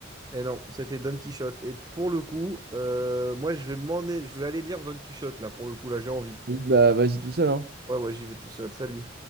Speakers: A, on the right (about 20°); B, on the right (about 50°).
A: Et non, c'était Don Quichotte. Et pour le coup, euh, moi, je vais m'en... je vais aller lire Don Quichotte, là, pour le coup, là, j'ai envie.
B: Vas-y, Bah, vas-y tout seul, hein.
A: Ouais, ouais, j'y vais tout seul. Salut.